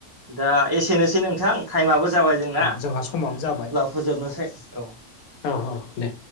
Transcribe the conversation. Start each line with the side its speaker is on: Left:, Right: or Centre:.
Right: दा एसेनोसै नोंथां टाइमाबो जाबाय जोंना अब्ला
Left: जोंहा समाबो जाबाय
Right: फोजोबनोसै औ
Left: औ औ दे